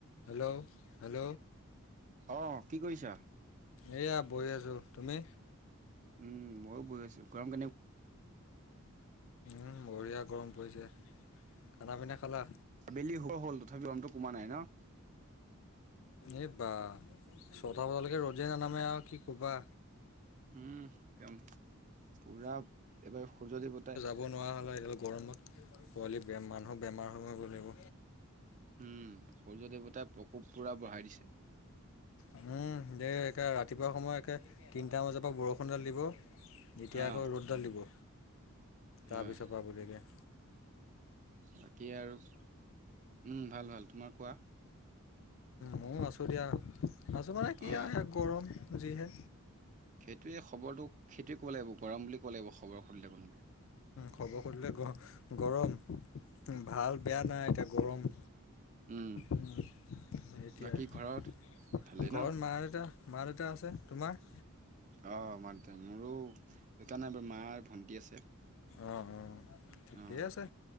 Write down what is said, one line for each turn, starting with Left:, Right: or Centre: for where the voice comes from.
Left: Hello? Hello?
Right: অ' কি কৰিছা?
Left: এইয়া বহি আছোঁ, তুমি?
Right: উম ময়ো বহি আছো, গৰম কেনে
Left: উম বঢ়িয়া গৰম পৰিছে, খানা - পিনা খালা?
Right: আবেলি হ'বৰ হ'ল তথাপি গৰমতো কমা নাই ন?
Left: এই বা! ছটা বজালৈকে ৰ'দে নানামে আৰু কি ক'বা?
Right: উম, একদম পুৰা এবাৰ সূৰ্য দেৱতাই
Left: খাব নোৱাৰা হ'লে এডাল গৰমত, পোৱালি বে মানুহ বেমাৰ হব হব লাগিব।
Right: উম, সূৰ্য দেৱতাই প্ৰকোপ পুৰা বঢ়াই দিছে।
Left: উম, দে একে ৰাতিপুৱা সময়ত একে তিনিটা বজাৰ পৰা বৰষুণডাল দিব এতিয়া
Right: অ
Left: আকৌ ৰ'দডাল দিব
Right: হয়
Left: তাৰপিছৰ পৰা আবেলি লৈকে।
Right: বাকী আৰু উম ভাল - ভাল, তোমাৰ কোৱা?
Left: মইও আছোঁ দিয়া, আছোঁ মানে কি
Right: অ
Left: আৰু গৰম যিহে।
Right: সেইটোৱে খবৰটো সেইটোৱে ক'ব লাগিব গৰম বুলি ক'ব লাগিব খবৰ সুধিলে কোনোবাই।
Left: খউম বৰ সুধিলে গ গৰম, ভাল - বেয়া নাই এতিয়া গৰম।
Right: উম
Left: উম এতিয়া
Right: বাকী ঘৰত
Left: ঘৰত
Right: ভালেই ন
Left: মা - দেউতা মা - দেউতা আছে, তোমাৰ?
Right: অ' মই দে, মোৰো দুটা নাই বাৰ মা, ভণ্টি আছে।
Left: অ অ। ঠিকেই
Right: অ
Left: আছে,